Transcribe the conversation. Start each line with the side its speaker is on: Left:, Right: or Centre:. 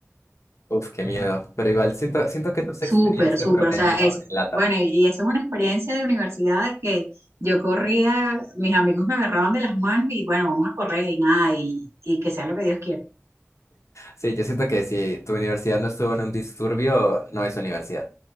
Left: Uf, qué miedo. Pero igual siento, siento que tu experiencia
Right: súper, súper,
Left: promedio
Right: o sea, es,
Left: en LATAM.
Right: bueno, y, y eso es una experiencia de universidad de que yo corría, mis amigos me agarraban de las manos y bueno, vamos a correr y nada, y, y que sea lo que Dios quiera,
Left: Sí, yo siento que si tu universidad no estuvo en un disturbio, no es universidad.